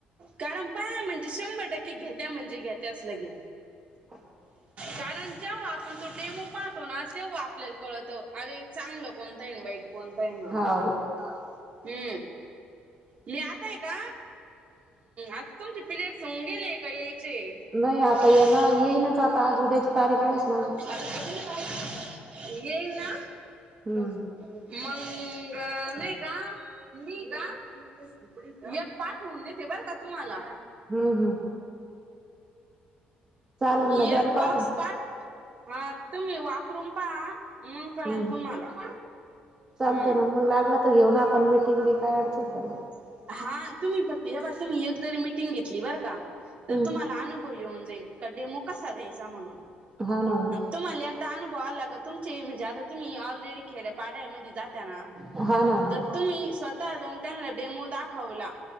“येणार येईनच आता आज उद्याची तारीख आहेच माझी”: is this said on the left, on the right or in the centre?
Right